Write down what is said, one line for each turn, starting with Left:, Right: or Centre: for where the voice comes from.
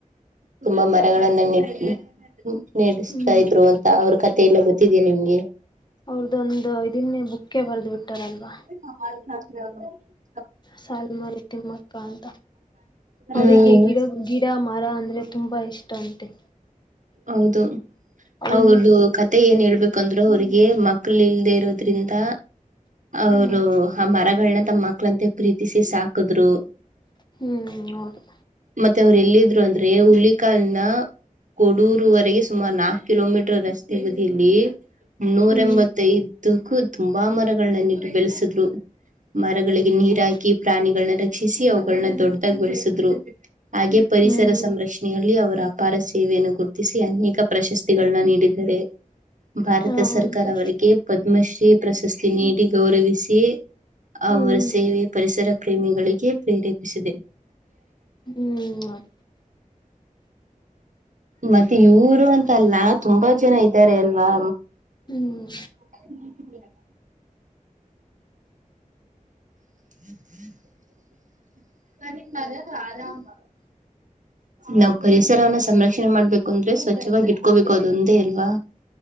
Right: ತುಂಬಾ ಮರಗಳನ್ನೆಟ್ಟಿ ನೆಡಸ್ತಾ
Left: ಹ್ಮ್
Right: ಇದ್ರು. <unintelligible> ಅಂತ ಅವ್ರ ಕಥೆ ಎಲ್ಲ ಗೊತ್ತಿದೆ ನಿಮ್ಗೆ.
Left: ಅವ್ರದ್ದೊಂದು ಇದನ್ನೆ ಬುಕ್ಕೆ ಬರದ್ ಬಿಟ್ಟಾರಲ್ವಾ.
Right: <unintelligible>
Left: ಸಾಲು ಮರದ ತಿಮ್ಮಕ್ಕ ಅಂತ ಅವರಿಗೆ
Right: ಹ್ಮ್
Left: ಗಿಡ ಗಿಡ, ಮರ ಅಂದ್ರೆ ತುಂಬ ಇಷ್ಟ ಅಂತೆ.
Right: ಹೌದು
Left: ಅವನ್ನೇ
Right: ಅವರು <unintelligible> ಥೆ ಏನ್ ಹೇಳ್ಬೇಕುಂದ್ರೆ ಅವ್ರಿಗೆ ಮಕ್ಳ ಇಲ್ದೆ ಇರೋದ್ರಿಂದ ಅವರು
Left: ಹ್ಮ್
Right: ಆ ಮರಗಳನ್ನ ತಮ್ಮ ಮಕ್ಳಂತೆ ಪ್ರೀತಿಸಿ ಸಾಕದ್ರು.
Left: ಹ್ಮ್ ಹೌದು
Right: ಮತ್ತೆ ಅವ್ರು ಎಲ್ಲಿದ್ರು ಅಂದ್ರೆ ಹುಲಿಕಾಲ್ನ ಕೊಡೂರುವರೆಗೆ ಸುಮಾರು ನಾಕ್ ಕಿಲೋಮೀಟರ್ ರಸ್ತೆ ಬದಿಯಲ್ಲಿ ನೂರ
Left: ಹ್ಮ್
Right: ಎಂಬತ್ತ ಮತ್ತೆ ಇದ್ದಕ್ಕೂ ತುಂಬಾ ಮರಗಳನ್ನೆಟ್ಟು ಬೆಳೆಸಿದ್ರು ಮರಗಳಿಗೆ ನೀರ ಹಾಕಿ
Left: ಹ
Right: ಪ್ರಾಣಿಗಳನ್ನ ರಕ್ಷಿಸಿ ಅವುಗಳನ್ನ ದೊಡ್ದಾಗಿ ಬೆಳಸಿದ್ರು ಹಾಗೆ ಪರಿಸರ
Left: ಹ್ಮ್
Right: ಸಂರಕ್ಷಣೆ ನೆಯಲ್ಲಿ ಅವರ ಅಪಾರ ಸೇವೆಯನ್ನು ಗುರುತಿಸಿ ಅನೇಕ ಪ್ರಶಸ್ತಿಗಳನ್ನ ನೀಡಿದ್ದಾರೆ. ಭಾರತ
Left: ಹಾ ಹೌದು
Right: ಸರ್ಕಾರ ಅವರಿಗೆ ಪದ್ಮಶ್ರೀ ಪ್ರಶಸ್ತಿ ನೀಡಿ ಗೌರವಿಸಿ
Left: ಹ್ಮ್
Right: ಅವರ ಸೇವೆ ಪರಿಸರ ಪ್ರೇಮಿಗಳಿಗೆ ಪ್ರೇರೇಪಿಸಿದೆ.
Left: ಹ್ಮ್
Right: ಮತ್ತೆ ಇವರು ಅಂತ ಅಲ್ಲ ತುಂಬಾ ಜನ ಇದ್ದಾರೆ ಅಲ್ವಾ.
Left: ಹ್ಮು
Right: <unintelligible> <unintelligible> <unintelligible> ನಾವ್ ಪರಿಸರವನ್ನ ಸಂರಕ್ಷಣೆ ಮಾಡ್ಬೇಕು ಅಂದ್ರೆ ಸ್ವಚ್ಚವಾಗಿ ಇಟ್ಕೋಬೇಕು ಅದೊಂದೆ ಅಲ್ವಾ.